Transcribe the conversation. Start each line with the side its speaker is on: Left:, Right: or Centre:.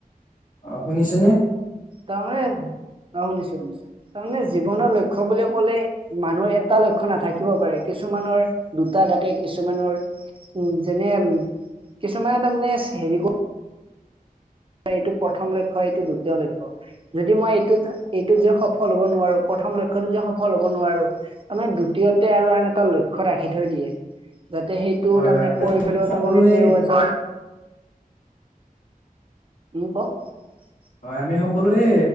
Left: অ শুনিছেনে
Right: তাৰমানে অ', শুনিছো শুনিছো, তাৰমানে জীৱনৰ লক্ষ্য বুলি ক'লে মানুহৰ এটা লক্ষ্য নাথাকিব পাৰে, কিছুমানৰ দুটা থাকে কিছুমানৰ উ, যেনে কিছুমানে তাৰমানে হেৰি কৰ এইটো প্ৰথম লক্ষ্য, এইটো দ্বিতীয় লক্ষ্য। যদি মই এইটোত-এইটোত যে সফল হ'ব নোৱাৰো, প্ৰথম লক্ষ্যটোত যে সফল হ'ব নোৱাৰো তাৰ <unintelligible> <unintelligible> আৰু আন এটা লক্ষ্য ৰাখি থৈ দিয়ে। যাতে সেইটো
Left: হয়
Right: তাৰমানে
Left: হয়
Right: কৰি পেলাইও
Left: সকলোৱে
Right: তাৰমানে তেওঁ এজন <unintelligible>
Left: হয় আমি সকলোৱে,